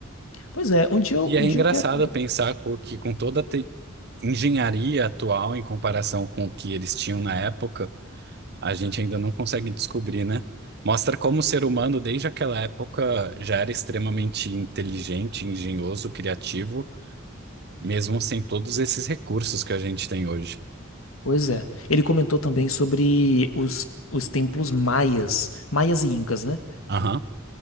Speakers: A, on the left; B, on the right.
A: Pois é, um dia eu,
B: E
A: um
B: é
A: dia
B: engraçado
A: eu quero.
B: pensar co- que com toda a te- engenharia atual em comparação com o que eles tinham na época, a gente ainda não consegue descobrir, né? Mostra como o ser humano, desde aquela época, já era extremamente inteligente, engenhoso, criativo, mesmo sem todos esses recursos que a gente tem hoje.
A: Pois é. Ele comentou também sobre os, os templos maias, maias e incas, né?
B: Aham.